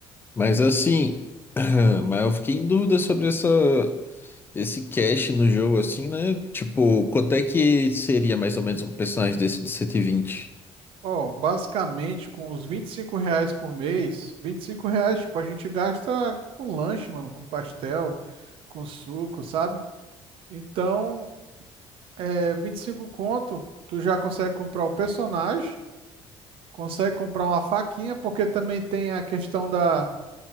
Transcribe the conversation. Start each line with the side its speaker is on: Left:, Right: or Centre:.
Left: Mas assim, <clears throat> mas eu fiquei em dúvida sobre essa, esse cache no jogo, assim, né? Tipo, quanto é que seria mais ou menos um personagem desse de 120?
Right: Ó, basicamente, com os 25 reais por mês, 25 reais, tipo, a gente gasta com lanche, mano, com pastel, com suco, sabe? Então, é 25 conto, tu já consegue comprar o personagem, consegue comprar uma faquinha, porque também tem a questão da...